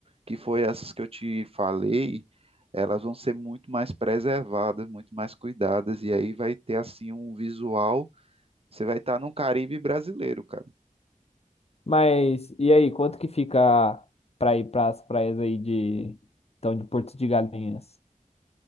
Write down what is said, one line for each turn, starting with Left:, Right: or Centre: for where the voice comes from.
Right: que foi essas que eu te falei, elas vão ser muito mais preservadas, muito mais cuidadas, e aí vai ter assim um visual. Você vai estar num Caribe brasileiro, cara.
Left: Mas e aí, quanto que fica para ir para as praias aí de então de Porto de Galinhas?